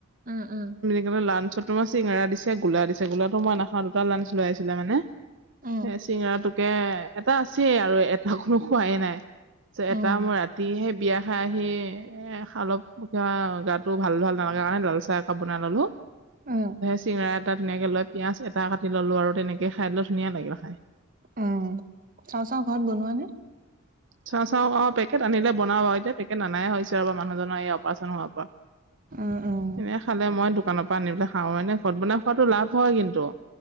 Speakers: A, on the right (about 40°); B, on the right (about 60°).
A: উম-উম।
B: কি লাঞ্চত তোাৰ চিঙৰা দিছে গোলা দিছে গোলাটো মই নাখাও দুটা লাঞ্চ লৈ আছিলে মানে।
A: উম
B: এ চিঙৰাটোকে এটা আছেই আৰু এটা কোনো খোৱাইে নাই। চ এটা
A: উম
B: মই ৰাতি সেই বিয়া খাই আহি এ অলপ পঠা গাটো ভাল ভাল নালগা কাৰণে লাল চাহ একাপ বনাই ললো।
A: উম
B: চিঙৰা এটা ধুনীয়াকে লৈ পিয়াজ এটা কাটি ললো আৰু তেনেকে খাই লৈ ধুনীয়া লাগিল খাই।
A: উম, চাও - চাও ঘৰত বনোৱা নে।
B: চাও - চাও অ, পেকেট আনিলে বনাও এতিয়া পেকেট অননাই হৈছে আৰু মানুহজনৰ এই অপাৰচন হোৱাৰ পৰা।
A: উম উম
B: এনে খালে মই দোকানৰ পৰা আনি পেলাই খাও এনে ঘৰত বনাই খোৱাতটো লাভ হয় কিন্তু।